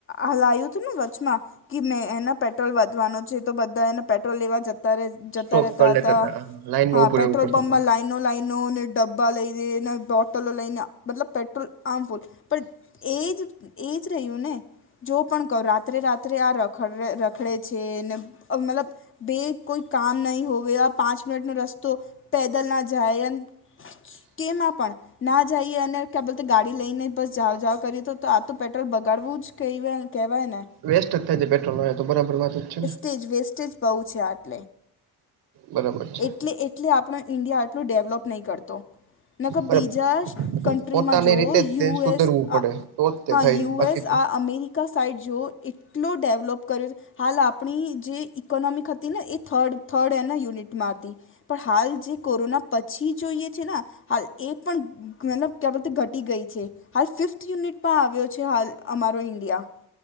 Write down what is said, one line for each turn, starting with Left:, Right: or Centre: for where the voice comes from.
Left: હલાયું હતું ને વચમાં કે મેં એના પેટ્રોલ વધવાનો છે તો બધા એને પેટ્રોલ લેવા જતા જતા
Right: સ્ટોક
Left: રહેતા
Right: કરી લેતા
Left: હતા
Right: લાઈનમાં
Left: હા
Right: ઉભું રહેવું
Left: પેટ્રોલ
Right: પડતું
Left: પં્પમાં
Right: હતું
Left: લાઈન એનો લઇનો નને ડબ્બા લઈને ના બાોટલ લઈને મતલબ પેટ્રોલ હાર્મફુલ પણ એજ એજ રહ્યું ને જો પણ કહ રાત્રે રાત્રે આ રખડ રખડે છે ને મતલબ બે કોઈ કામ નહી હોવે આ પાંચ મિનિટ નો રસ્તો પેદલ ના જાય. કેમાં પણ? ના જઈએ અને ક્યાં બોલતે ગાડી લઈને બસ જાઓ જાાવ કરીએ તો આ તો પેટ્રોલ બગાડવું જ કહીય. કેહેવાય નને.
Right: વેસ્ટ જ થાય પેટ્રોલ તો બરાબર વાત જ છે ને.
Left: Stage wastage. બહ છે આટ
Right: બરાબર છે
Left: એલે એટલે આપણ ઈન્ડિયા આટલું ડેવલોપ નહી કરતો. ને તો બીજા
Right: અરે
Left: કન્ટ્રીમાં
Right: પોતાની
Left: જોવઓ
Right: રીતે
Left: યુ
Right: જ તે સુધરવું
Left: એસ આ.
Right: પડે તો જ તે
Left: હા
Right: થાય
Left: યુએસ
Right: બાકી
Left: આ
Right: તો
Left: અમેરિકા સાઈડ જોઓ એટલો ડેવલોપ. કર્યું હાલ આપણી જે ઈકોનોમિક હતી ને એ થર્ડ થર્ડ એના યુનિટમાં હતી. પણ હાલ જે કોરોના પછી જોઈએ છે ને હાલ એ પણ. મતલબ ક્યાં બધતે ઘટી ગઈ છે હાલ ફિફ્થ યુનિટમાં આવ્યો છે હાલ અમારો ઇન્ડિયા.